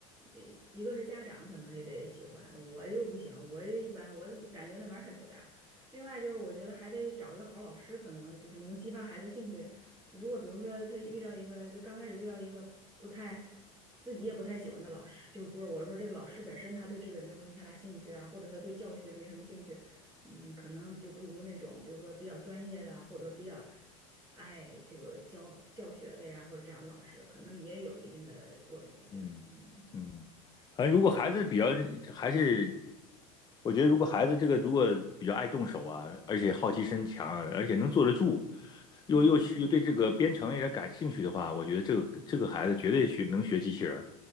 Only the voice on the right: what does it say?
呃一个是家长可能也得喜欢，我就不行，我就一般，我就感觉那玩意儿太复杂。另外就是，我觉得还得找一个好老师，可能就是能够激发孩子兴趣。如果比如说他遇到一个，就刚开始遇到一个不太自己也不太喜欢的老师，就是不是我是说这个老师本身他对这个也没有什么太大兴趣啊，或者他对教学没什么兴趣，嗯，可能就不如那种比如说比较专业的啊，或者说比较。爱这个教教学的呀，或者这样的老师，可能也有一定的作用，我觉得，
嗯
嗯。